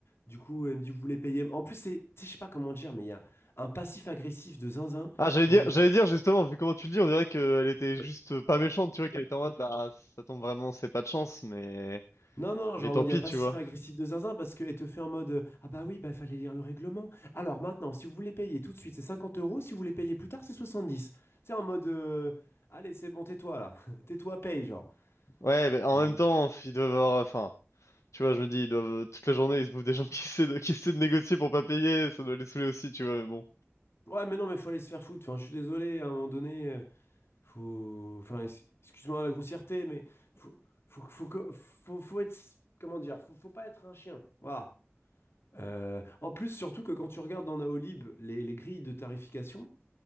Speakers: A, on the left; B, on the left.
A: Du coup, elle me dit, vous voulez payer. En plus, c'est, tu sais, je sais pas comment dire, mais il y a un passif agressif de zinzin,
B: Ah, j'allais
A: genre
B: dire,
A: en mode,
B: j'allais dire justement, vu comment tu le dis, on dirait qu'elle était juste pas méchante, tu vois, qu'elle était en mode, bah, ça tombe vraiment, c'est pas de chance, mais,
A: Non, non,
B: mais
A: genre
B: tant
A: en mode,
B: pis,
A: il n'y a pas
B: tu
A: si
B: vois.
A: fait agressif de zinzin parce qu'elle te fait en mode, euh, ah bah oui, bah il fallait lire le règlement. Alors maintenant, si vous voulez payer tout de suite, c'est 50 euros. Si vous voulez payer plus tard, c'est 70. Tu sais, en mode, euh, allez, c'est bon, tais-toi là. <laughs> Tais-toi, paye, genre.
B: Ouais, mais en
A: Et
B: même temps, ils doivent avoir, enfin. Tu vois, je me dis, ils doivent, toute la journée, ils se bouffent des gens qui essaient de, qui essaient de négocier pour pas payer, ça doit les saouler aussi, tu vois, mais bon.
A: ouais, mais non, mais faut aller se faire foutre. Enfin, je suis désolé, à un moment donné, euh, faut. Enfin, ex- excuse-moi la grossièreté, mais faut, faut, faut, que- faut, faut être. Comment dire? Faut, faut pas être un chien. Voilà. Euh, en plus, surtout que quand tu regardes dans Naolib les, les grilles de tarification,